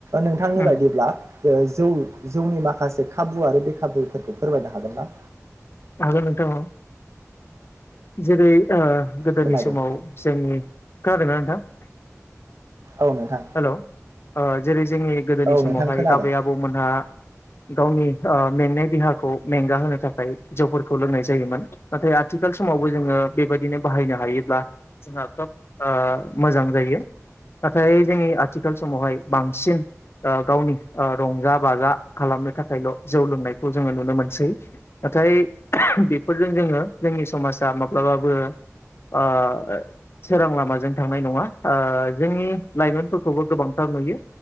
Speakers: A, on the right; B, on the left.
A: नोंथांनि
B: उम
A: बायदिब्ला ओ जौ जौनि माखासे खाबु आरो बे खाबुफोरखौ फोरमायनो हागोन ना?
B: हागोन नोंथां। जेरै ओ गोदोनि
A: फोरमायदों
B: समाव जोंनि खोनादों ना नोंथां?
A: औ नोंथां।
B: हेलौ ओ जेरै जोंनि गोदोनि
A: औ
B: समावहाय
A: नोंथां खोनादों
B: आबै -आबौमोनहा गावनि मेंनाय देहाखौ मेंगा होनो थाखाय। जौफोरखौ लोंनाय जायोमोन ।नाथाय आथिखाल समावबो जोङो बेबायदिनो बाहायनो हायोब्ला जोंहा खोब ओ मोजां जायो ।नाथाय जोंनि आथिखाल समावहाय बांसिन ओ गावनि रंजा- बाजा खालामनो थाखायल' जौ लोंनायखौ जोङो नुनो मोनसै। नाथाय बेफोरजों जोङो जोंनि समाजा माब्लाबाबो ओ सोरां लामाजों थांनाय नङा ओ जोंनि लाइमोनफोरखौबो गोबांथार नुङो